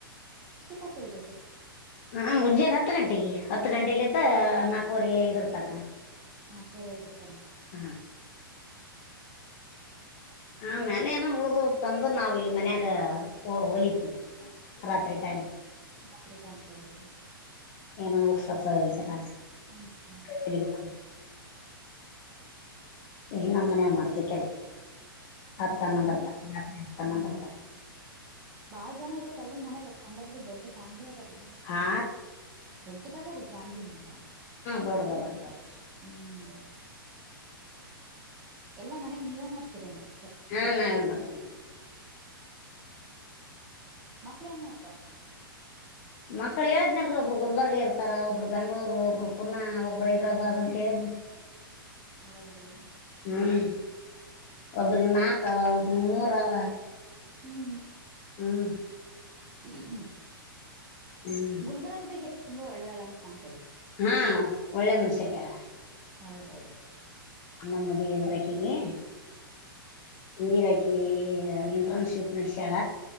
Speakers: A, on the right; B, on the left.
A: ಕತದೆರ ಅದು
B: ನಾ ಮುಂಜಾಲೆ ಹತ್ತು ಗಂಟೆಗೆ ಹತ್ತು ಗಂಟೆಲಿದ್ದ ನಾಲ್ಕವರೆ ಇದರ್ತಕ
A: ನಾ ಕರಿಯ್ ರೀ
B: ಹಾ ಹಾ ಆ ಮ್ಯಾಲ ಏನ ಉಳ್ದ ತಂದ ನಾವ್ ಇಲ್ಲಿ ಮನ್ಯಾಗ ಹೊಲತಿವಿ ರಾತ್ರಿ ಟೈಮ
A: ರಾತ್ರಿ ಟೈಮ ತಗರಿ
B: ಏನನ್ ಬುಕ್ಸಸ ಇದ್ರ್ರ
A: ಹ್ಮ್ ಹ್ಮ್
B: ಇಲ್ಲ ನಮ್ಮ ಮನ್ ಮಾಡ್ತಿ ಕೆಲ್ಸ ಹತ್ತ್
A: ಹೌದೌದು
B: ಹನ್ನೊಂದರ ತಕ ರಾತ್ರಿ ಹತ್ತ್ ಹನ್ನೊಂದರ
A: ಹ್ಮ್
B: ತಕ
A: ಬಾಳ್ ಜನ ಇರ್ಬೇಕಕ್ ಅಲ್ರ ಮನ್ಯಾಗತ್ತ ಕಂಡ ಬಿುಡಿ ದೊಡ್ ಫ್ಯಾಮಲಿ ಅದಲ್ಲಿ
B: ಆ
A: ಒ ತ ಫ್ಯಾಮ್ಲಿ ಮುಂದ ಅಂತ
B: ದೊಡ್ಡದದ ರೀ ದೊಡ್ಡದ
A: ಹ್ಮ ಎಲ್ಲಾ ಮನ್ಯಗ್ ನೀವೇ ಮಾಡ್ತೀರಿನ್ರಿ
B: ಹಾ ನಾವೇ ಮಾಡ್ತೇನೆ
A: ಮಕ್ಳ ನ್ ಮಾಡ್ತಾರ
B: ಮಕ್ಳ ಹೇಳಿದ್ನನ್ಲ್ ಒಬ್ರು ಗುಲ್ಬರ್ಗ ಇರ್ತಾರ ಒಬ್ರು ಬೆಂಗಳೂರು ಒಬ್ರು ಪುನ ಒಬ್ರು ಹೈದರಾಬಾದ್ ಅಂತ ಹೇಳ
A: ಹೌದ್ರಿ
B: ಹ್ಮ್ ಒಬ್ಬರಿ ಮಾತ ನೂರವ
A: ಹ್ಮ್
B: ಹ್ಮ್
A: ಹ್ಮ
B: ಹ್ಮ್
A: ಗುಲ್ಬರ್ಗ್ದಾಗ ಇರಕ್ ತುಂಬಾ ಒಳ್ಳೆ ಒಳ ಅಂತ ಕಾಣ್ತದ್ರಿ
B: ಹಾ ಒಳ್ಳೆ ಮನುಷ್ಯ ಕೇಳ್ರ
A: ಹೌದೌದ್ರಿ
B: ನಮ್ಮದಿ ಎಲ್ರಕ್ಕೆಗೆ ನೀರಾಕಿ ಇಂಟರ್ನ್ಶಿಪ್ ನಡಸಾಳ